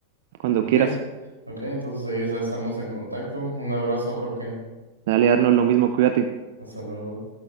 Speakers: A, on the right; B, on the right.
A: Cuando
B: ¿Ok?
A: quieras.
B: Ok, entonces ahí ya estamos en contacto. Un abrazo, Jorge.
A: Dale, Arnold, lo mismo, cuídate.
B: Hasta luego.